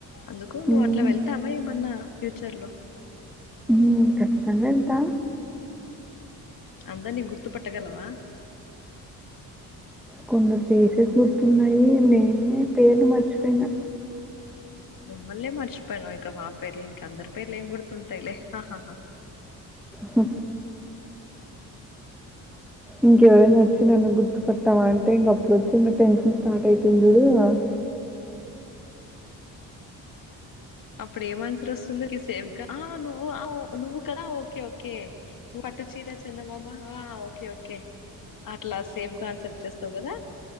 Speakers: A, on the left; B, in the centre.
A: అందుకు
B: హ్మ్.
A: నువ్వు అట్లా వెళ్తావా ఏమన్నా ఫ్యూచర్ లో
B: మ్ ఖచ్చితంగా వెళ్తా
A: అందరిని నీ గుర్తుపట్టగలవా
B: కొందరు ఫెసేస్ గుర్తున్నాయి నేనే పేర్లు మర్చిపోయినా
A: మమ్మల్లే మర్చిపోయినావు ఇంక మా పేర్లు ఇంక అందరి పేర్లు ఏం గుర్తుంటాయిలే ఆహాహా
B: హు ఇంకెవరైనా వచ్చి నన్ను గుర్తుపట్టావా అంటే ఇంక అప్పుడు వచ్చి ఇంకా టెన్షన్ స్టార్ట్ అయితుంది జూడు ఆ <inaudible>
A: అప్పుడు ఏం అన్సర్ వస్తుంది సేఫ్ గా ఆ నువ్వు నువ్వు కదా ఓకే ఓకే పట్టు చీరా చందమామ ఆ ఓకే ఓకే అట్లా సేఫ్ గా ఆన్సర్ ఇచ్చేస్తావు గదా